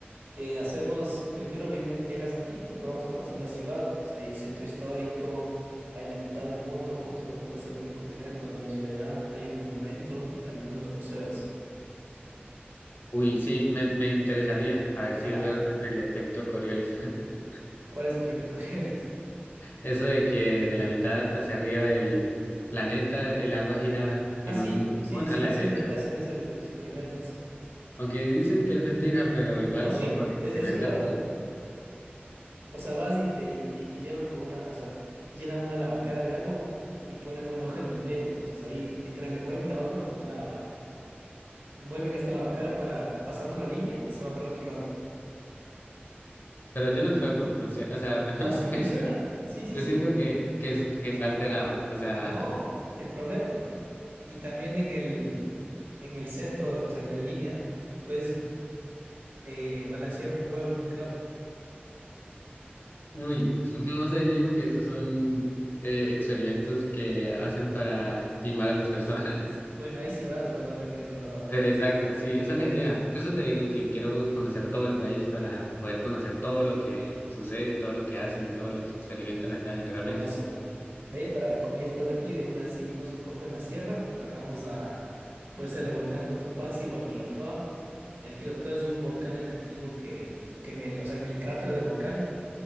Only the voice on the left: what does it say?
Uy, sí, me, me interesaría, a ver
si es verdad el efecto Coriolis. <laughs>
Eso de que de la mitad hacia arriba del planeta el agua gira en
un tifón
a la
derecha
Aunque dicen que es mentira, pero igual
como
para experimentar.
Pero yo no creo que funcione. O sea, <laughs> pues
no sé,
pero
yo
siento que, que, es- que está alterado. O sea,
uy, <laughs> no sé, yo digo que esos son eh, experimentos que hacen para timar a las personas. <laughs>
Sí, Exacto, sí, esa es la
idea. Por eso te digo que quiero conocer todo el país para poder conocer todo lo que sucede, todo lo que hacen y todo lo que experimentan allá generalmente.